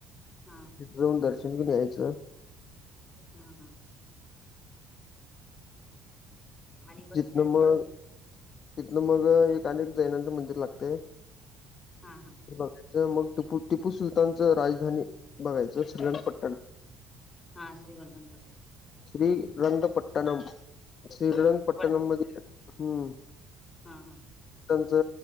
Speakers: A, on the left; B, on the left.
A: हा
B: तिथे जाऊन दर्शन घेऊन यायचं
A: हम हम आणि परत
B: जितन
A: काय
B: मग
A: पुढं
B: तिथनं मग एक अनेक जैनांचं मंदिर लागते
A: हा हा
B: बघायचं मग टिपू टिपू सुलतानच राजधानी बघायचं श्रीगणपट्टण
A: हा श्रीवर्धनपट्टम
B: श्री रंगपट्टणम श्रीरंगपट्टणम
A: पट
B: मध्ये हम्म
A: हा हा
B: त्यांच